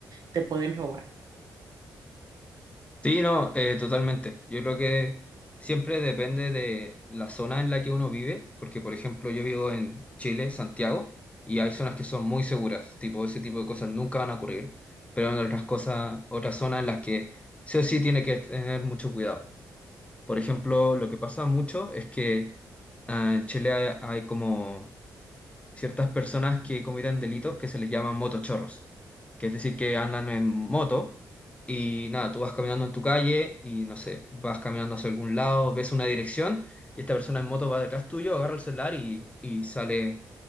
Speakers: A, on the right (about 55°); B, on the left (about 15°).
A: te pueden robar.
B: Sí, no, eh, totalmente. Yo creo que siempre depende de la zona en la que uno vive, porque por ejemplo yo vivo en Chile, Santiago, y hay zonas que son muy seguras, tipo ese tipo de cosas nunca van a ocurrir, pero hay otras cosas, otras zonas en las que sí o sí tiene que tener mucho cuidado. Por ejemplo, lo que pasa mucho es que ah, en Chile hay hay como ciertas personas que cometen delitos que se les llaman motochorros, que es decir, que andan en moto y nada, tú vas caminando en tu calle y no sé, vas caminando hacia algún lado, ves una dirección y esta persona en moto va detrás tuyo, agarra el celular y, y sale